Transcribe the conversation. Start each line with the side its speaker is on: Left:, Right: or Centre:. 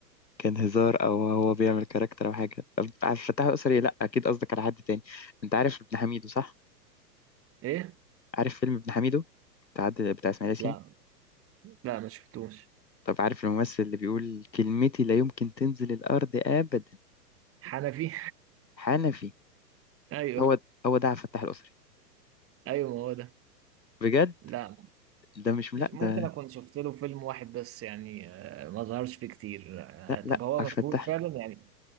Left: كان هزار او هو بيعمل كاركتر او حاجه عبد الفتاح الاسري لا اكيد قصدك على حد تاني انت عارف ابن حميدو صح
Right: إيه؟
Left: عارف فيلم ابن حميدو بتاع عاد- بتاع اسماعيل ياسين
Right: لأ لأ ما شفتوش
Left: طب عارف الممثل اللي بيقول كلمتي لا يمكن تنزل الارض ابدا
Right: حنفي
Left: حنفي
Right: ايوه
Left: هو هو ده عبد الفتاح الاسري
Right: ايوه ما هو ده
Left: بجد
Right: لا
Left: ده مش لا
Right: مش ممكن
Left: ده
Right: اكون شفت له فيلم واحد بس يعني آه، ما ظهرش فيه كتير
Left: لا
Right: آه، طب
Left: لا
Right: هو
Left: عبد
Right: مشهور
Left: الفتاح
Right: فعلا يعني